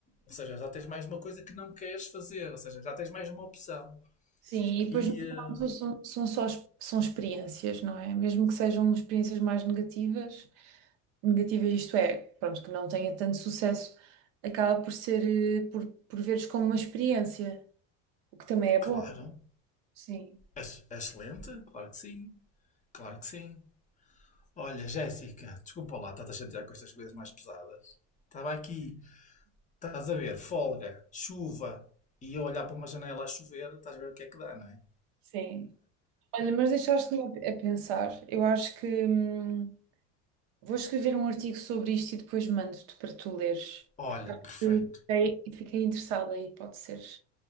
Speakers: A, on the left (about 20°); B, on the right (about 70°).
A: Ou seja, já tens mais uma coisa que não queres fazer, ou seja, já tens mais uma opção.
B: Sim, e depois
A: E,
B: no final
A: eh,
B: tudo são, são só es- são experiências, não é? Mesmo que sejam experiências mais negativas, negativas isto é, pronto, que não tenha tanto sucesso, acaba por ser, eh, por, por veres como uma experiência, o que também é bom.
A: claro,
B: Sim,
A: excelente, claro que sim, claro que sim. Olha, Jéssica, desculpa lá, estás a chatear com estas coisas mais pesadas. Estava aqui, estás a ver, folga, chuva, e eu olhar para uma janela a chover, estás a ver o que é que dá, não é?
B: sim. Olha, mas deixaste-me a a pensar. Eu acho que hum, vou escrever um artigo sobre isto e depois mando-te para tu leres.
A: Olha, perfeito,
B: Eu Fiquei, fiquei interessada aí, pode ser.